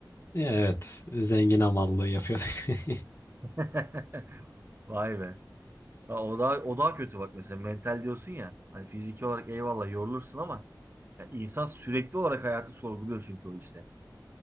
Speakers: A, on the left (about 35°); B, on the right (about 30°).
A: Ya Evet zengin amallığı yapıyorduk. <laughs>
B: <laughs> Vay be. Ya o daha, o daha kötü bak mesela mental diyorsun ya. Hani fiziki olarak eyvallah yorulursun ama Ya insan sürekli olarak hayatı sorguluyor çünkü o işte.